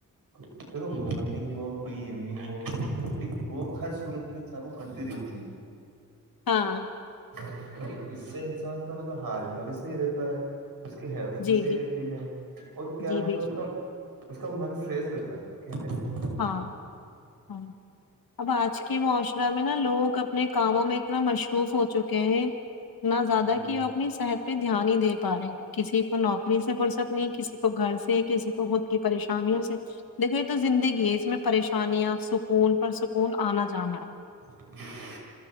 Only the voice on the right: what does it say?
دیکو مارننگ واک ہوئی ایوننگ واک ہوئی لیکن واک ہر صورت میں انسان کو کرتی رہنی چاہیے
کیکہ اس سے انسان کا مطلب ہاجمہ بھی صحیح رہتا ہے اس کی ہیلتھ بھی
صحیح
رہتی ہے اور کیا
ہے
مطلب
اس کا اس کا من فریش رہتا ہے کہنے کا من
جی
بالکل